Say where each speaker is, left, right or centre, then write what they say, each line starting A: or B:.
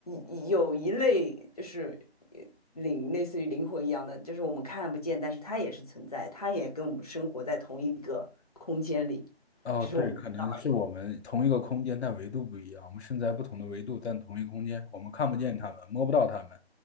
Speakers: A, on the left; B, on the left.
A: 一有一类就是呃灵，类似于灵魂一样的，就是我们看不见，但是它也是存在，它也跟我们生活在同一个空间里，
B: 哦，
A: 只是我们看不到而已。
B: 对，可能是我们同一个空间，但维度不一样。我们身在不同的维度，但同一个空间，我们看不见他们，
A: 啊，
B: 摸不到他们，